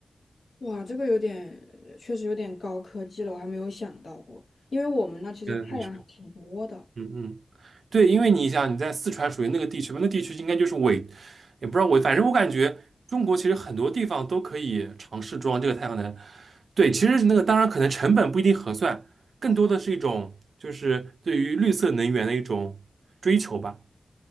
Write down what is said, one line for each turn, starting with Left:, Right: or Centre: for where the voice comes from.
Left: 哇，这个有点，确实有点高科技了，我还没有想到过，因为我们那其实太阳还挺多的。
Right: 嗯，你说，嗯嗯，对，因为你想你在四川属于那个地区嘛，那地区应该就是伪，也不知道伪，反正我感觉中国其实很多地方都可以尝试装这个太阳能。对，其实那个当然可能成本不一定合算，更多的是一种就是对于绿色能源的一种追求吧。